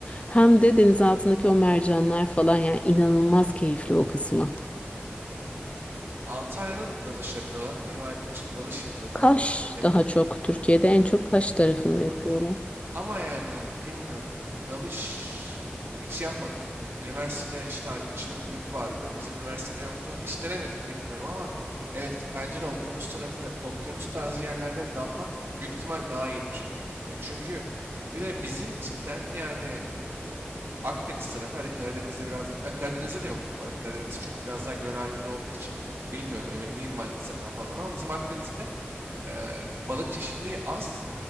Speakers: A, on the left; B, on the right.
A: hem de denizaltındaki o mercanlar falan yani inanılmaz keyifli o kısmı.
B: Antalya'da da dalış yapıyorlar. Benim arkadaşım dalış yapıyordu
A: Kaş
B: Antalya'da. Hep
A: daha çok Türkiye'de en çok
B: herhalde
A: Kaş tarafında
B: olabilir.
A: yapıyorlar.
B: Ama yani bilmiyorum. Dalış hiç yapmadım. Üniversitede işte arkadaşımın kulüp vardı. Bizim üniversitede yoktu. Hiç denemedim bilmiyorum ama evet bence de okyanus tarafı, okyanus tarzı yerlerde dalmak büyük ihtimal daha iyidir. Ya Çünkü bir de bizim cidden yani e, Akdeniz tarafı, hadi Karadeniz'de biraz, ya Karadeniz'de de yoktur bu arada. Karadeniz çünkü biraz daha göl halinde olduğu için bilmiyorum emin değilim hangisi daha fazla var ama bizim Akdeniz'de e, balık çeşitliliği az.